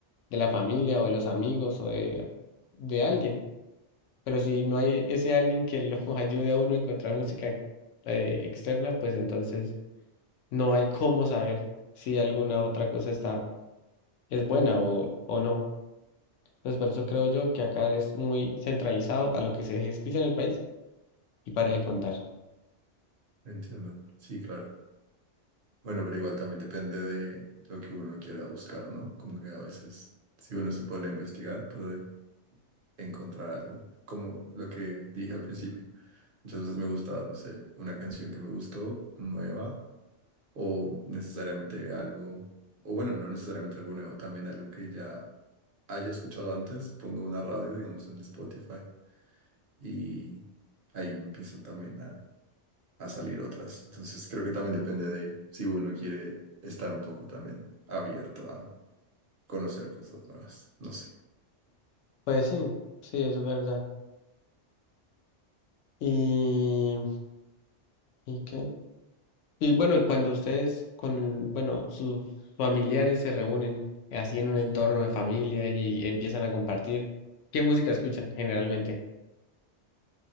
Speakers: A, on the left; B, on the right.
A: de la familia o de los amigos o de, de alguien. Pero si no hay ese alguien que lo <laughs> ayude a uno a encontrar música eh, externa, pues entonces no hay cómo saber si alguna otra cosa está, es buena o, o no. Entonces por eso creo yo que acá es muy centralizado a lo que se escucha en el país y para de contar.
B: entiendo. Sí, claro. Bueno, pero igual también depende de lo que uno quiera buscar, ¿no? Como que a veces, si uno se pone a investigar, puede encontrar algo. Como lo que dije al principio. Muchas veces me gusta, no sé, una canción que me gustó, nueva, o necesariamente algo, o bueno, no necesariamente algo nuevo, también algo que ya haya escuchado antes, pongo una radio, digamos, en Spotify y ahí empiezan también a, a salir otras. Entonces creo que también depende de si uno quiere estar un poco también abierto a conocer cosas nuevas. No sé.
A: Pues sí, sí, eso es verdad. Y, ¿y qué? Y bueno, y cuando ustedes con, bueno, sus familiares se reúnen así en un entorno de familia y empiezan a compartir, ¿qué música escuchan generalmente?